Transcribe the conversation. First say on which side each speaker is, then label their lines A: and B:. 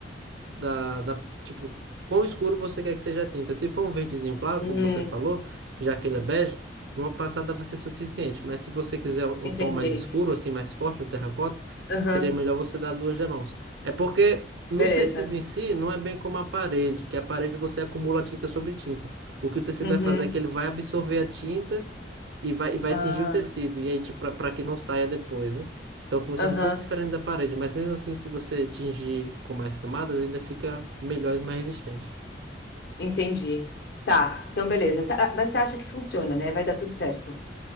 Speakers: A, on the right (about 80°); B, on the left (about 65°).
A: da, da, tipo, quão escuro você quer que seja a tinta. Se for um verdezinho claro,
B: Hum,
A: como você falou, já que ele é bege, uma passada vai ser suficiente. Mas se você quiser um,
B: entendi.
A: um tom mais escuro, assim, mais forte, um terracota,
B: Aham,
A: seria melhor você dar duas demãos. É porque
B: beleza.
A: no tecido em si, não é bem como a parede, que a parede você acumula tinta sobre tinta. O que o tecido
B: Uhum.
A: vai fazer é que ele vai absorver a tinta e vai, e vai
B: Ah,
A: atingir o tecido, e aí, tipo, para que não saia depois, né? Então funciona
B: aham,
A: um pouco diferente da parede, mas mesmo assim, se você atingir com mais camadas, ainda fica melhor e mais resistente.
B: entendi. Tá, então beleza. Cê- ah, Mas você acha que funciona, né? Vai dar tudo certo.